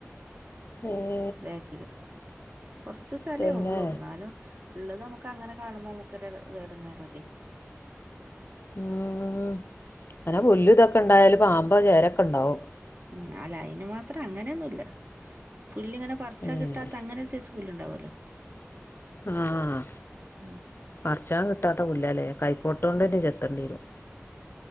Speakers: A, on the left; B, on the right.
A: മം
B: ബേക്കില്. കൊറച്ച് സ്ഥലേ
A: തന്നെ
B: ഉള്ളു ഇ ന്നാലും ഇള്ളത് നമുക്ക് <unintelligible> നക്ക അങ്ങനെ കാണുമ്പോ നമുക് എടങ്ങാറല്ലേ?
A: മം ഇങ്ങനെ പുല്ലും ഇതൊക്കെ ഇണ്ടായല് പാമ്പോ ചേരൊക്കെ ഉണ്ടാവും.
B: മം അല്ല അയിന് മാത്രം അങ്ങനെയൊന്നുമല്ല. പുല്ല്ങ്ങനെ പറച്ച
A: ഏഹ്
B: കിട്ടാത്ത അങ്ങനെ ഒരു സെയ്‌സ് പുല്ല് ഇണ്ടല്ലോ?
A: ആഹ്
B: ഉം
A: പറ്ച്ചാ കിട്ടാത്ത പുല്ലാല്ലേ കൈക്കോട്ടോണ്ടെന്നെ
B: ആഹ്
A: ചെത്തണ്ട്യേരും.